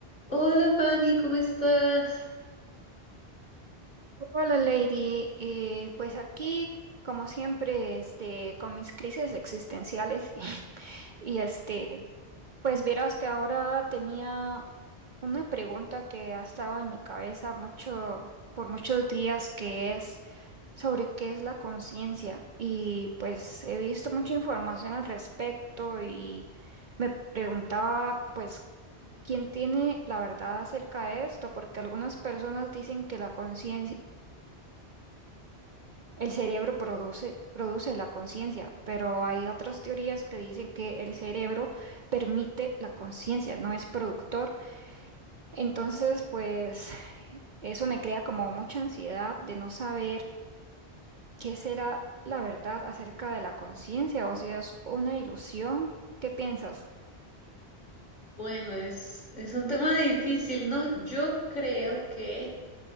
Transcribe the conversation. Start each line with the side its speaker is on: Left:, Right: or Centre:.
Left: Hola Fanny, ¿cómo estás?
Right: Hola, Lady. Eh, pues aquí, como siempre, este, con mis crisis existenciales <laughs> y este, pues verás que ahora tenía una pregunta que ha estado en mi cabeza mucho, por muchos días, que es sobre qué es la conciencia. Y pues he visto mucha información al respecto y me preguntaba, pues, ¿quién tiene la verdad acerca de esto? Porque algunas personas dicen que la conciencia El cerebro produce, produce la conciencia, pero hay otras teorías que dicen que el cerebro permite la conciencia, no es productor. Entonces, pues eso me crea como mucha ansiedad de no saber qué será la verdad acerca de la conciencia o si es una ilusión. ¿Qué piensas?
Left: Bueno, es, es un tema difícil, ¿no? Yo creo que